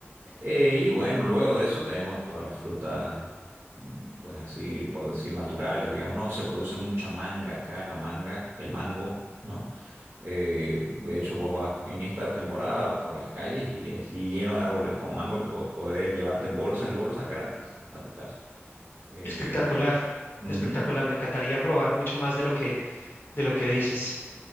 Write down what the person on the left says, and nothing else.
Espectacular,
espectacular. Me encantaría probar mucho más de lo que, de lo que dices.